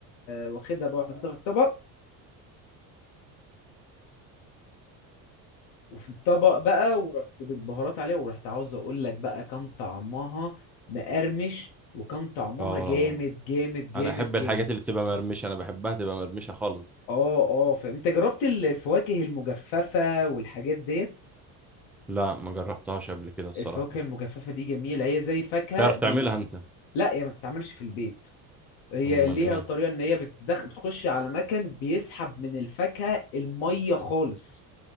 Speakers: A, on the left (about 85°); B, in the centre.
A: واخدها بقى وحطها في الطبق وفي الطبق بقى ورحت بالبهارات عليها ورحت عاوز اقول لك بقى كان طعمها مقرمش وكان طعمها
B: اه
A: جامد جامد جامد
B: انا احب
A: جامد
B: الحاجات اللي بتبقى مرمشه انا بحبها تبقى مرمشه خالص
A: اه اه فاهم انت جربت ال- الفواكه المجففة والحاجات ديت
B: لا ما جربتهاش قبل كده الصراحه
A: الفواكه المجففة دي جميلة هي زي فاكهة
B: تعرف
A: بي...
B: تعملها انت
A: لا هي ما بتتعملش في البيت هي
B: امال
A: ليها
B: ايه
A: طريقة ان هي بتدخ... بتخش على مكان بيسحب من الفاكهة المية خالص